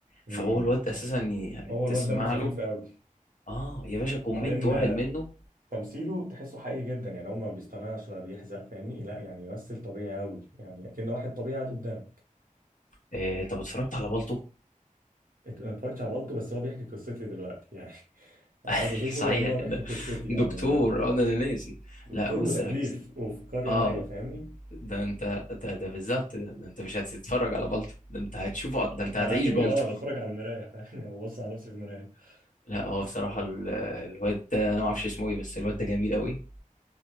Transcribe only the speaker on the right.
امم
هو الواد
دمه خفيف
قوي
بعدين
آه،
تمثيله تحسه حقيقي جدا يعني هو ما بيصطنعش ولا بيحزق فاهمني لا يعني بيمثل طبيعي قوي يعني اكن واحد طبيعي قاعد قدامه
ات- انا اتفرجتش على بالطو بس هو بيحكي قصتي دلوقتي يعني <laughs>
انا عايز اشوفه
لان هو بيحكي
قصتي يعني
دكتور
وتكليف
وفي قرية
نائية فاهمني
انا كني
اه بتفرج على المراية فاهمني او ببص على نفسي في المراية
بس